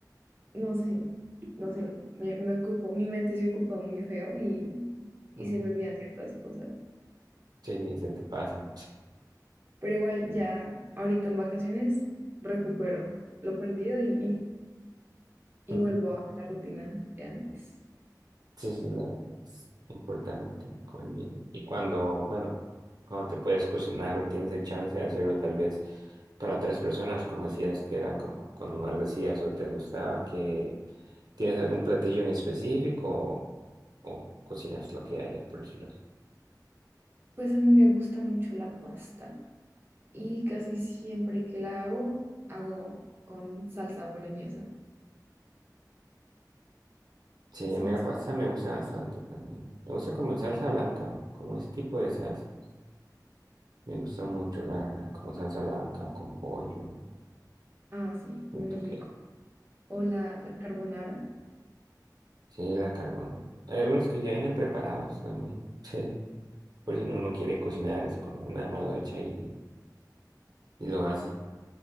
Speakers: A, on the right; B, on the right.
A: no sé, no sé, me, me ocupo, mi mente se ocupa muy feo y, y
B: Ujú.
A: se me olvidan ciertas cosas.
B: Sí, sí, se te pasa.
A: Pero igual ya ahorita en vacaciones recupero lo perdido y, y
B: <laughs>
A: vuelvo a la rutina de antes.
B: Sí, sí, la verdad es importante comer bien. Y cuando, bueno, cuando te puedes cocinar o tienes el chance de hacerlo tal vez para otras personas, como decías que era como cuando más lo hacías o te gustaba, que tienes algún platillo en específico o, o cocinas lo que haya, por decirlo así.
A: Pues a mí me gusta mucho la pasta y casi siempre que la hago, hago con salsa boloñesa.
B: Sí,
A: Sí,
B: a mí la
A: es-
B: pasta me gusta bastante también. Me gusta como en salsa blanca, como ese tipo de salsa. Me gusta mucho, la verdad, como salsa blanca, con pollo.
A: ah, sí,
B: Siento
A: muy rico.
B: que
A: O la, la carbonara.
B: sí, la carbón. Hay algunos que ya vienen preparados también. <laughs> sí. Por si no uno no quiere cocinar, es como nada más lo echa ahí y, y lo hace.